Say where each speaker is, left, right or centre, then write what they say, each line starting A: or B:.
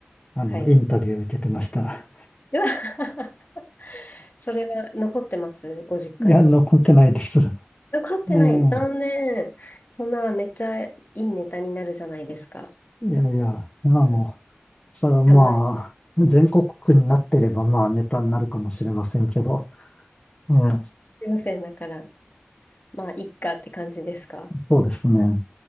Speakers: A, on the left; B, on the left.
A: あの、
B: はい。
A: インタビュー受けてました。
B: うわ <laughs> それは残ってますご実家に。
A: いや、残ってないです。え
B: 残ってない。
A: え
B: 残念。そんな、めっちゃいいネタになるじゃないですか。
A: いやいや、あの、
B: うん、
A: それはまあ、
B: たまに、
A: 全国区になってればまあネタになるかもしれませんけど、ええ
B: 先選だから、まあ、いっかって感じですか。
A: そうですね。